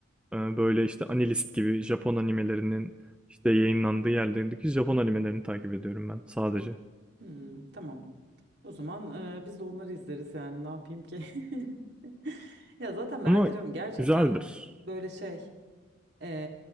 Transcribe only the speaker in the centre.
e, böyle işte Anilist gibi Japon animelerinin işte yayınlandığı yerlerindeki Japon animelerini takip ediyorum ben sadece.
Ama
güzeldir.